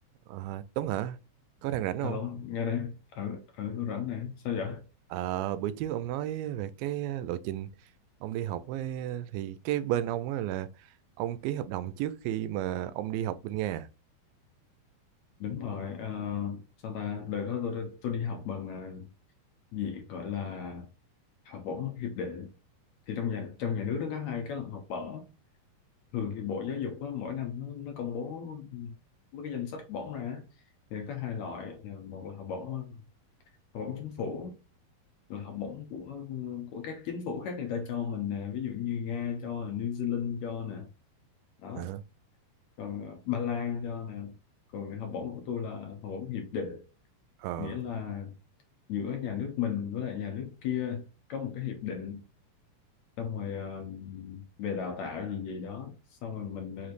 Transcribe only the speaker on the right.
Ờ, Tuấn hả? Có đang rảnh không?
Ờ, bữa trước ông nói về cái ờ, lộ trình ông đi học ấy, ờ, thì cái bên ông á là ông ký hợp đồng trước khi mà ông đi học bên Nga.
à? Ờ,
ờ,